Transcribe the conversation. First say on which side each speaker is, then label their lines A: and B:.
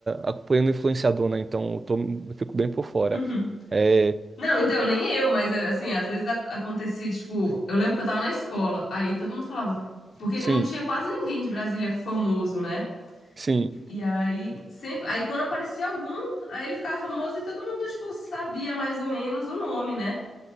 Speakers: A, on the right; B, on the left.
A: acompanhando influenciador, né? Então eu, tô, eu fico bem por fora.
B: Uhum.
A: É,
B: Não, então, nem eu, mas é, assim, às vezes ac- acontecia, tipo, eu lembro que eu tava na escola, aí todo mundo falava, porque
A: sim,
B: não tinha quase ninguém de Brasília famoso, né?
A: sim.
B: E aí, sempre, aí quando aparecia algum, aí ele ficava famoso e todo mundo, tipo, sabia mais ou menos o nome, né?